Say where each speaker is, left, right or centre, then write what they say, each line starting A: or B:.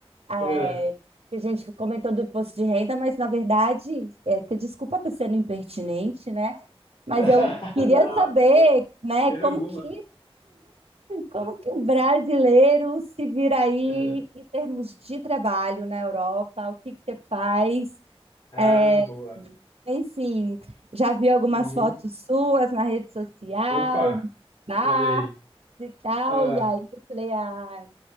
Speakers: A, on the right; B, on the left.
A: É,
B: é.
A: a gente comentou do imposto de renda, mas na verdade, é, você desculpa estar sendo impertinente, né? Mas
B: <laughs>
A: eu queria
B: Não,
A: saber,
B: de
A: né,
B: maneira
A: como
B: alguma.
A: que, como que um brasileiro se vira aí
B: É.
A: em termos de trabalho na Europa, o que que você faz?
B: Ah,
A: É,
B: boa.
A: enfim, já vi algumas
B: Uhum.
A: fotos suas na rede social,
B: Opa,
A: bar
B: olha aí.
A: e tal,
B: Ah.
A: e aí eu falei, ah,